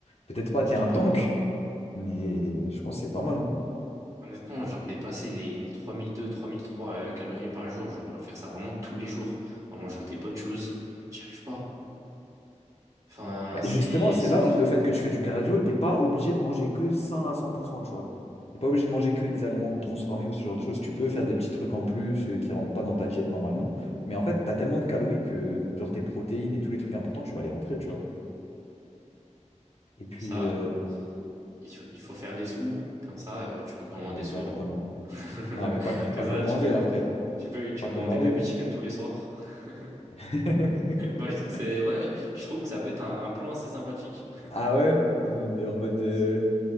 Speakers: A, on the left; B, on the right.
A: Peut-être pas,
B: je
A: t'es
B: tends
A: un tank,
B: pas, moi.
A: mais je pense que c'est pas mal. hein.
B: Honnêtement, genre dépasser les, les 3002, 3003 euh, calories par jour, genre euh, faire ça vraiment tous les jours en mangeant des bonnes choses, j'y arrive pas. Enfin,
A: Bah,
B: c'est...
A: justement, c'est
B: c'est
A: là
B: que...
A: où le fait que tu fais du cardio, t'es pas obligé de manger que sain à 100%, tu vois. T'es pas obligé de manger que des aliments non transformés ou ce genre de choses. Tu peux faire des petits trucs en plus euh, qui rentrent pas dans ta diète normalement. Mais en fait, t'as tellement de calories que genre, tes protéines et tous les trucs importants, tu vas les rentrer, tu
B: Ouais.
A: vois. Et puis,
B: Et ça,
A: euh,
B: il faut, il faut faire des sous. Comme ça, euh, tu peux commander
A: exactement.
B: souvent. <laughs>
A: Non, mais pas, pas
B: Comme ça,
A: commandé
B: tu peux,
A: après.
B: tu peux, tu
A: Pas
B: peux
A: commandé.
B: commander Pepper Chicken tous les soirs. <laughs>
A: <laughs>
B: Ouais, je trouve que c'est, ouais, je trouve que ça peut être un, un plan assez sympathique.
A: Ah ouais? De- En mode de
B: C'est-